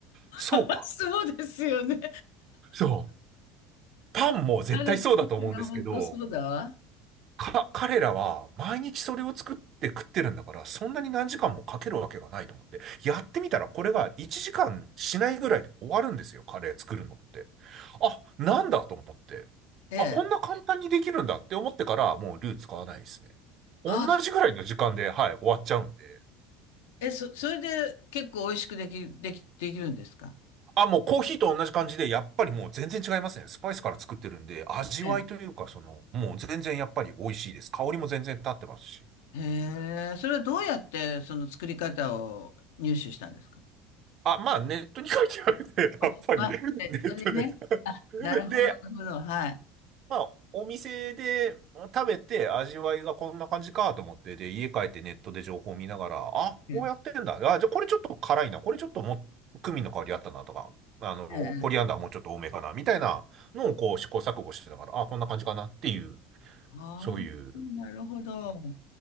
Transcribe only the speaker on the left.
<laughs> そうですよね。
あれ、本当そうだわ。
ええ。
あ、
え、そ、それで結構美味しくでき、でき、できるんですか
ええ。
へえ、それはどうやってその作り方を入手したんですか
あ、
あ、
ネットれね。なるほど、
なるほど。はい。
ええ、
ええ。
ああ、
なるほど。